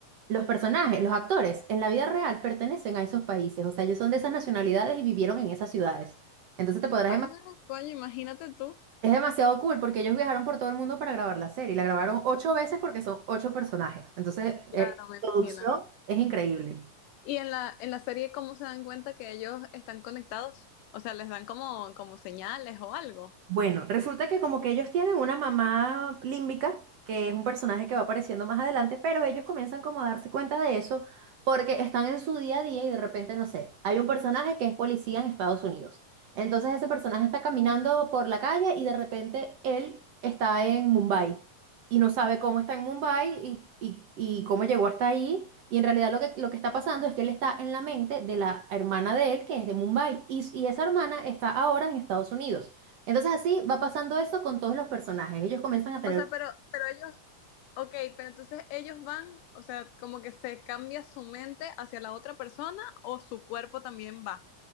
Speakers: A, on the right; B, on the left.
A: los personajes, los actores en la vida real pertenecen a esos países, o sea, ellos son de esas nacionalidades y vivieron en esas ciudades. Entonces te podrás
B: Ah, coño, imagínate tú.
A: Es demasiado cool porque ellos viajaron por todo el mundo para grabar la serie. La grabaron ocho veces porque son ocho personajes. Entonces,
B: Claro,
A: eh,
B: me
A: la producción
B: imagino.
A: es increíble.
B: ¿Y en la, en la serie cómo se dan cuenta que ellos están conectados? O sea, les dan como, como señales o algo.
A: Bueno, resulta que como que ellos tienen una mamá límbica, que es un personaje que va apareciendo más adelante, pero ellos comienzan como a darse cuenta de eso porque están en su día a día y de repente, no sé, hay un personaje que es policía en Estados Unidos. Entonces ese personaje está caminando por la calle y de repente él está en Mumbai y no sabe cómo está en Mumbai y, y- y cómo llegó hasta ahí. Y en realidad lo que, lo que está pasando es que él está en la mente de la hermana de él, que es de Mumbai, y y esa hermana está ahora en Estados Unidos. Entonces así va pasando eso con todos los personajes. Ellos comienzan a tener...
B: O sea, pero, pero ellos, ok, pero entonces ellos van, o sea, como que se cambia su mente hacia la otra persona o su cuerpo también va.